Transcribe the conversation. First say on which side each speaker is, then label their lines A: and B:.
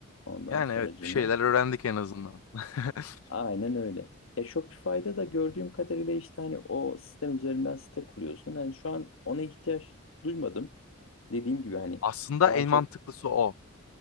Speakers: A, on the left (about 75°); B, on the left (about 80°).
A: Ondan
B: Yani
A: sonracığıma.
B: evet bir şeyler öğrendik en azından. <laughs>
A: Aynen öyle. E Shopify'da da gördüğüm kadarıyla işte hani o sistem üzerinden site kuruyorsun. Hani şu an ona ihtiyaç duymadım. Dediğim gibi hani
B: Aslında
A: daha
B: en
A: çok
B: mantıklısı o.